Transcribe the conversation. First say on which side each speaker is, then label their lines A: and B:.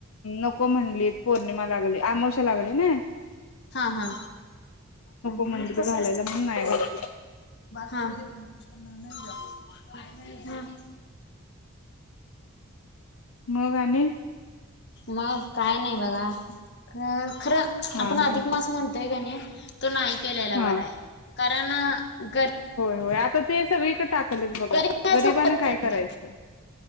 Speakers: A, on the left; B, on the left.
A: नको म्हणलीत पोर पौर्णिमा लागली अमावस्या लागली नाय
B: हा हा. <unintelligible>
A: म्हणलीत
B: तसचं
A: घालायला म्हणून नाही घातलं.
B: हा. हम्म. <inaudible>
A: मग आणि
B: मग काय नाई बघा खर खरं
A: हा
B: आपण अधिक
A: हा
B: धिक मास म्हणतोय कनी तो नाइ केलेला
A: हा.
B: बराय कारण घर
A: व्हय आता ते सगळीकडं टाकाल्यात बघा
B: गरीब
A: गरिबानं
B: होत
A: काय
B: नाही
A: करायचं?